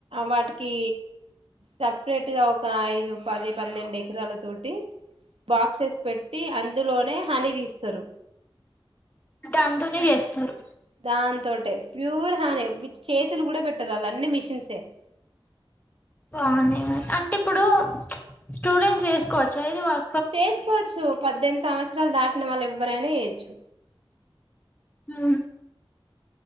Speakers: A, on the right (about 85°); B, on the left (about 20°).
A: వాటికి సపరేట్ ట్టుగా ఒక ఐదు పది పన్నెండు ఎకరాల తోటి బాక్సెస్ పెట్టి అందులోనే హాని తీస్తారు
B: దాంతోనే జేస్తారు
A: దాంతోటే ప్యూర్ హాని విత్ చేతులు గూడా పెట్టారళ్ళు అన్ని మిషన్సే <inaudible>
B: బాగునే అంటే ఇప్పుడు స్టూడెంట్స్ చేసుకోవచ్చు అది వాళ
A: చేసుకోవచ్చు పద్దెమ్ది సంవత్సరాలు దాటిన వాళ్ళేవ్వరైనా చేయొచ్చు
B: హు